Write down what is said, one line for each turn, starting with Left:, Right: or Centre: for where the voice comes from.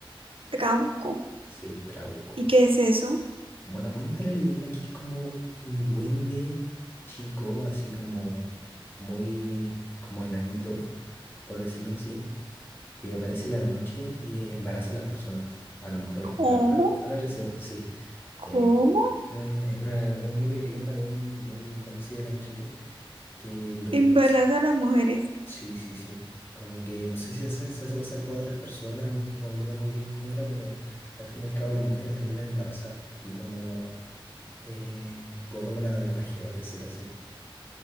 Right: Trauco.
Left: Sí, Trauco.
Right: ¿Y qué es eso?
Left: Bueno, cuenta la leyenda que es como un duende chico, así como muy, como enanito, por decirlo así, que aparece en la noche y embaraza a las personas, a las mujeres,
Right: ¿Cómo?
Left: pero fuera, fuera del deseo, sí.
Right: ¿Cómo?
Left: Eh, es un, es una- es un mito y leyenda muy, muy conocida acá en Chile, que lo
Right: Embaraza
Left: que pasa
Right: a las mujeres.
Left: Sí, sí, sí. Como que no sé si se hace, se hace pasar por otras personas, no, no me acuerdo muy bien cómo era, pero al fin y al cabo las mujeres terminan embarazadas y como eh, por obra de magia, por decirlo así.